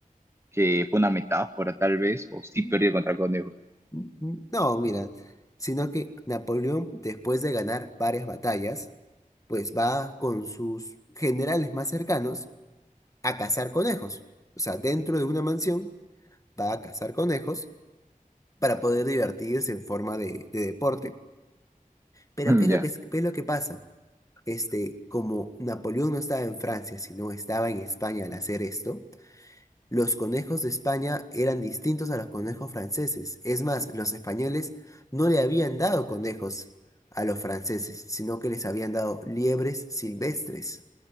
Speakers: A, on the right (about 20°); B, on the left (about 20°).
A: que fue una metáfora tal vez, o sí
B: Mm,
A: perdió contra conejos?
B: mm, mm. No, mira, sino que Napoleón, después de ganar varias batallas, pues va con sus generales más cercanos a cazar conejos. O sea, dentro de una mansión va a cazar conejos para poder divertirse en forma de, de deporte. Pero
A: <laughs>
B: ¿qué es lo
A: Ya.
B: que, es qué es lo que pasa? Este, como Napoleón no estaba en Francia, sino estaba en España al hacer esto, Los conejos de España eran distintos a los conejos franceses. Es más, los españoles no le habían dado conejos a los franceses, sino que les habían dado liebres silvestres.